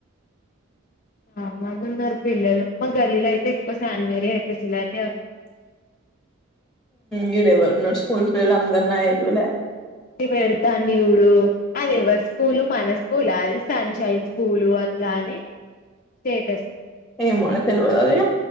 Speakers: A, on the left; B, in the centre.
A: ఆ మాకు కూడ ఉన్నారు పిల్లలు మా గల్లీలో అయితే ఎక్కువ శాన్మేరీ ఎక శిలానే ఉంది
B: వీడు ఎవ్వరు నా స్కూల్ పిల్లలందరూ నా ఏజ్ వాల్లే
A: పెడతాం ఇడు అది ఎవరి స్కూల్ మన స్కూల్ అది సన్ షైన్ స్కూల్ అట్లా స్టేటస్
B: ఏమన్న తెలువద ఏ